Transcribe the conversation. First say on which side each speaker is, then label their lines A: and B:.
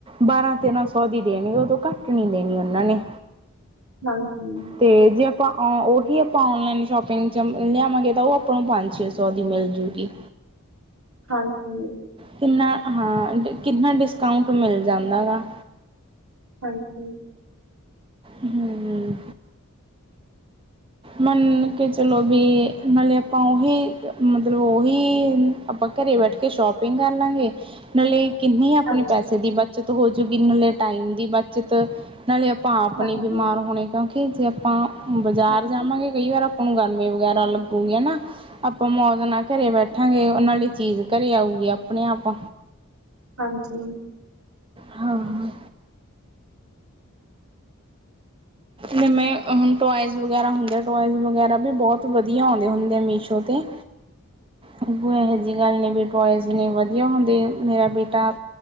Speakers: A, on the right; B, on the right.
A: ਬਾਰਾਂ ਤੇਰਾਂ ਸੌ ਦੀ ਦੇਣੀ ਉਦੋਂ ਘੱਟ ਨਹੀਂ ਦੇਣੀ ਉਹਨਾਂ ਨੇ।
B: ਹਾਂਜੀ।
A: ਅਤੇ ਜੇ ਆਪਾਂ ਉਹੀ ਆਪਾਂ ਔਨਲਾਈਨ ਸ਼ੋਪਿੰਗ 'ਚ ਲਿਆਵਾਂਗੇ ਤਾਂ ਉਹ ਆਪਾਂ ਨੂੰ ਪੰਜ ਛੇ ਸੌ ਦੀ ਮਿਲ ਜੂਗੀ। ਹ।
B: ਹਾਂਜੀ।
A: ਕਿੰਨਾ ਹਾਂ ਕਿੰਨਾ ਡਿਸਕਾਊਂਟ ਮਿਲ ਜਾਂਦਾ ਗਾ।
B: ਹਾਂਜੀ।
A: ਹਮ। ਮੰਨ ਕੇ ਚਲੋ ਵੀ ਨਾਲਤੇ ਆਪਾਂ ਉਹੀ ਮਤਲਬ ਉਹੀ ਆਪ ਪ ਘਰੇਲੂਕੇ ਸ਼ੋਪਿੰਗ ਕਰਨ ਲਾਂਗੇ ਲਈ। ਕਿੰਨੀ ਆਪਣੇ
B: ਹਾਂਜੀ,
A: ਪੈਸੇ ਦੀ ਬੱਚਤ ਹੋਜੂਗੀ ਨਾਲੇ ਟਾਈਮ ਦੀ ਬੱਚਤ ਨਾਲੇ ਭਾ ਆਪਣੀ
B: ਹਾਂਜੀ,
A: ਬਿਮਾਰ ਹੋਣੇ ਕਿਉਂਕਿ ਜੇ ਆਪਾਂ ਬਾਜ਼ਾਰ
B: ਹਾਂਜੀ,
A: ਜਾਵਾਂਗੇ ਕਈ ਵਾਰ ਆਪਾਂ ਨੂੰ ਗਰਮੀ ਵਗੈਰਾ ਲੱ ਗੀ ਨਾ ਆਪਾਂ ਮੌਤ ਨਾਲ ਘਰੇ ਬੈਠਾਂਗੇ ਉਹੀ ਚੀਜ਼ ਘਰੇ ਆਊਗੀ ਆਪਣੇ ਆਪ।
B: ਹਾਂਜੀ।
A: ਹਾਂ -ਹਾਂ। ਜਿਵੇਂ ਹੁਣ ਟੋਇਜ਼ ਵਗੈਰਾ ਹੁੰਦੇ ਆ ਟੋਇਜ਼ ਵਗੈਰਾ ਵੀ ਬਹੁਤ ਵਧੀਆ ਆਉਂਦੇ ਹੁੰਦੇ ਆ ਮੀਸ਼ੋ 'ਤੇ। ਉਹ ਇਹੋ ਜਿਹੀ ਗੱਲ ਨਹੀਂ ਵੀ ਟੋਇਸ ਨੇ ਵਧੀਆ ਹੁੰਦੇ ਮੇਰਾ ਬੇਟਾ।